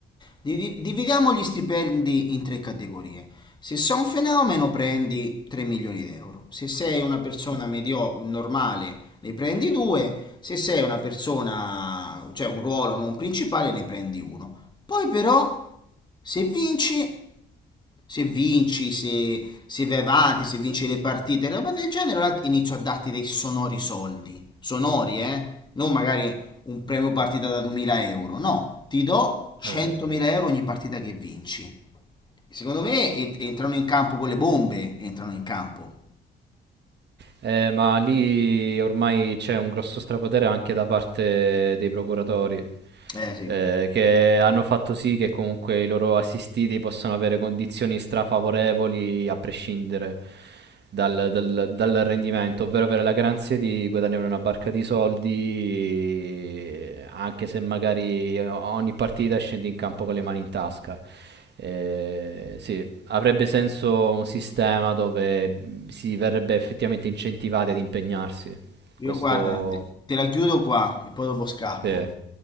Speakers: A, on the left (about 20°); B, on the right (about 60°).
A: Di- di- dividiamo gli stipendi in tre categorie. Se sei un fenomeno prendi 3 milioni di euro, se sei una persona
B: Sì.
A: medio normale ne prendi 2, se sei una persona, cioè un ruolo non principale ne prendi uno. Poi però, se vinci se vinci, se, se vai avanti, se vinci le partite, roba del genere, allora inizio a darti dei sonori soldi. Sonori, eh? Non magari un premio partita da 2000 euro, no, ti do 100.000
B: Eh beh.
A: euro ogni partita che vinci. Secondo me en- entrano in campo con le bombe, entrano in campo.
B: Eh, ma lì ormai c'è un grosso strapotere anche da parte dei procuratori,
A: Eh sì,
B: eh, che hanno fatto sì che comunque i loro assistiti possano avere condizioni strafavorevoli a prescindere dal, dal- dal rendimento, ovvero avere la garanzia di guadagnare una barca di soldi, eh, anche se magari ogni partita scendi in campo con le mani in tasca. Eh, sì, avrebbe senso un sistema dove si verrebbe effettivamente incentivati ad impegnarsi. Questo,
A: io guarda, te, te la chiudo qua e poi dopo scappo.
B: sì,